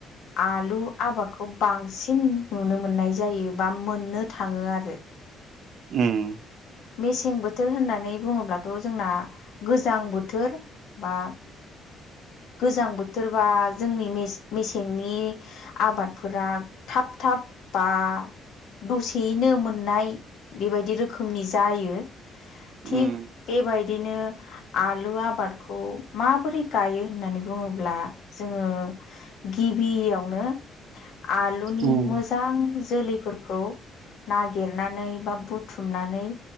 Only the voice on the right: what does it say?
उम
उम
उम